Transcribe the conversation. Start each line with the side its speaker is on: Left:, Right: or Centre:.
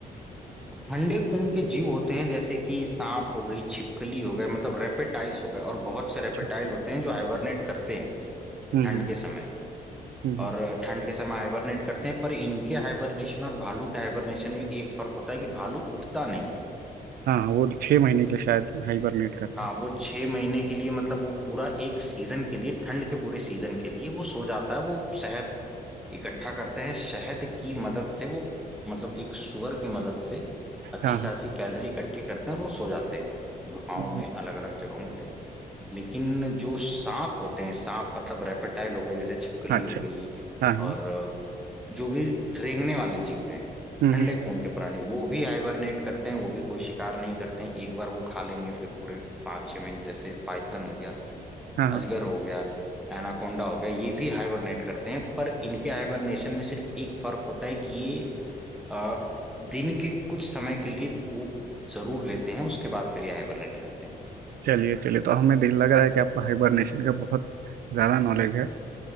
Centre: ठंडे खून के जीव होते हैं जैसे कि सांप हो गई छिपकली हो गए मतलब रेपेटाइल्स हो गए और बहुत से
Right: अच्छा
Centre: रेपेटाइल
Right: अच्छा
Centre: होते हैं जो हाइबरनेट करते हैं
Right: हम्म
Centre: ठंड
Right: हम्म।
Centre: के समय
Right: हम्म, हम्म।
Centre: और ठंड के समय हाइबरनेट करते हैं पर इनके हाइबरनेशन और भालू के हाइबरनेशन में एक फर्क होता है कि भालू उठता नहीं है
Right: हाँ हाँ, वो छह महीने के शायद हाइबरनेट करता
Centre: हाँ
Right: है
Centre: वो छह महीने के लिए मतलब वो पूरा एक सीजन के लिए ठंड के पूरे सीजन के लिए वो सो जाता है वो शहद इकट्ठा करते हैं शहद की मदद से वो मतलब एक सुअर की मदद से अच्छी
Right: हाँ
Centre: खासी
Right: हाँ
Centre: कैलोरी इकट्ठी करते हैं और वो सो जाते हैं गुफाओं
Right: हम्म,
Centre: में अलग अलग जगहों पे लेकिन जो सांप होते हैं सांप मतलब रेपेटाइल हो गए जैसे छिपकली
Right: अच्छा
Centre: हो गई
Right: हाँ हाँ
Centre: और जो भी रेंगने वाले जीव हैं
Right: हम्म
Centre: ठंडे
Right: हम्म,
Centre: खून के प्राणी वो भी हाइबरनेट करते हैं वो भी कोई शिकार नहीं करते हैं एक बार वो खा लेंगे फिर पूरे पाँच छह महीने जैसे पाइथन हो गया
Right: हाँ हाँ
Centre: अजगर हो गया एनाकोंडा हो गया ये भी हाइबरनेट करते हैं पर इनके हाइबरनेशन में सिर्फ एक फर्क होता है कि ये अ, दिन के कुछ समय के लिए धूप जरूर लेते हैं उसके बाद फिर ये हाइबरनेट करते हैं
Right: चलिए चलिए तो हमें दिल लग रहा है कि आपको हाइबरनेशन का बहुत ज़्यादा नॉलेज है